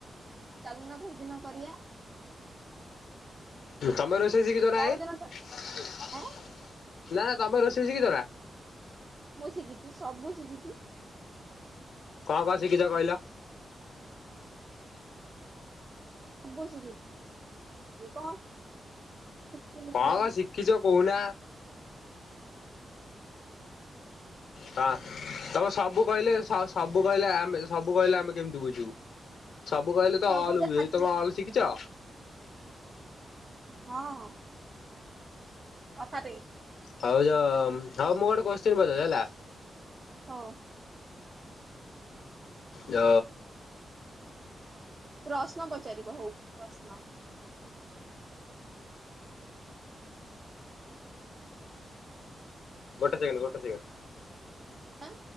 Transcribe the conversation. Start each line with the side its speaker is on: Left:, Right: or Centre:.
Right: ଚାଲୁନ କୋଉଦିନ କରିବା?
Left: ତମ ରୋସେ ସେ କିତ ନାଇ
Right: ପରଦିନ
Left: ନା
Right: ଚା
Left: ନା ତମେ ରୋଷେଇ ସିଖିଚ ନା।
Right: ମୁଁ ଶଖିଚି ସବୁ ଶିଖିଚି।
Left: କଣ କଣ ଶିଖିଚ କହିଲ?
Right: ସବୁସି କି କଣ? ଶିଖିନି
Left: କଣ
Right: କହିଲ
Left: କଣ ଶିଖିଛ କହୁନା? ହଁ ତମେ ସବୁ କହିଲେ ସ ସ ସବୁ ସବୁ କହିଲେ ଆମେ ସବୁ କହିଲେ ଆମେ କେମିତି ବୁଝିବୁ ସବୁ କହିଲେ ତ
Right: ସବୁ
Left: ଅଲ୍ କୁ
Right: ଯାହା
Left: ବୁଝୋଉଚୁ ତମେ ଅଲ୍ ଶିଖିଚ।
Right: ହଁ ହଁ। କଥା ଦେଇ।
Left: ଭାଉଜ ହଉ ମୁ ଗୋଟେ କୋତ୍ସିନ୍ ପଚାରୁଛି ହେଲା।
Right: ହଉ
Left: ଯଉ
Right: ପ୍ରଶ୍ନ ପଚାରିବ ହଉ ପ୍ରଶ୍ନ?
Left: ଗୋଟେ ସେକେଣ୍ଡ ଗୋଟେ ସେକଣ୍ଡ।
Right: ଆଁ।